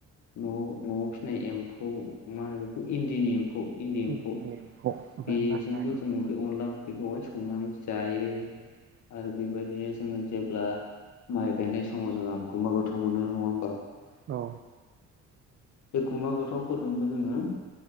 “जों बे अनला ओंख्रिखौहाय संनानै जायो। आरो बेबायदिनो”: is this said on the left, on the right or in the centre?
Left